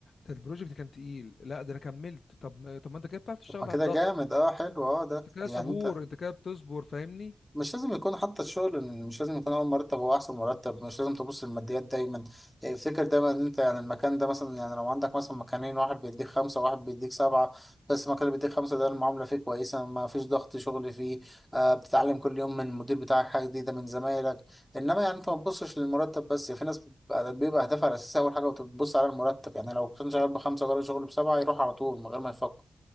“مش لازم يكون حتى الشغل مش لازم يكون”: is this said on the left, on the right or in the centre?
Centre